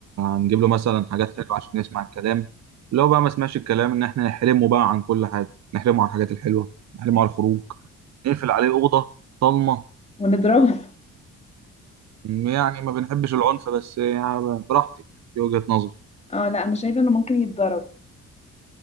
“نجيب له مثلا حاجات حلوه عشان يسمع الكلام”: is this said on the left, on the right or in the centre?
Right